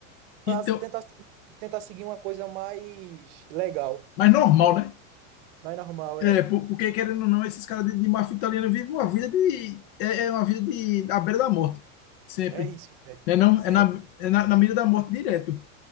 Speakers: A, on the right; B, on the left.
A: Pra
B: Então.
A: tentar se- tentar seguir uma coisa mais legal,
B: Mas normal, né?
A: mais normal,
B: É,
A: é.
B: por- porque querendo ou não, esses caras de, de máfia italiana vivem uma vida de. É, é uma vida de, à beira da morte. Sempre.
A: É isso, é.
B: Né, não?
A: Sempre,
B: É na, é na, na mira da morte direto.